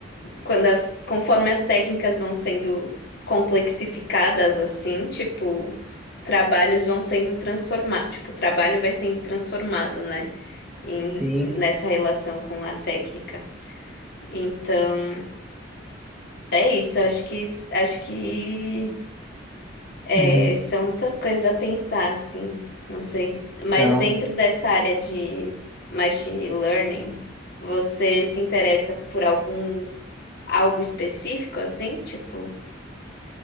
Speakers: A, on the left; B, in the centre.
A: quando as, conforme as técnicas vão sendo complexificadas assim, tipo, trabalhos vão sendo transformados, tipo, o trabalho vai sendo transformado, né? Em,
B: sim.
A: nessa relação com a técnica. Então, é isso, acho que acho que É,
B: Uhum.
A: são muitas coisas a pensar, assim, não sei. Mas
B: Então,
A: dentro dessa área de machine learning, você se interessa por algum algo específico, assim? Tipo,